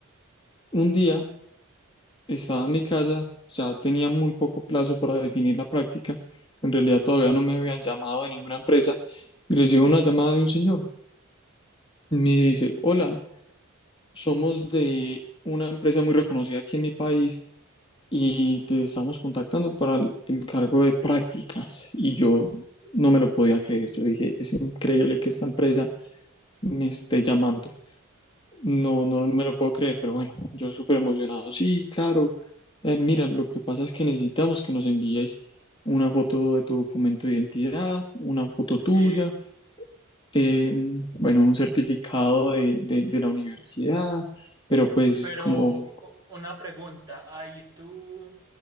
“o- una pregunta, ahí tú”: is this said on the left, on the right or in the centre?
Right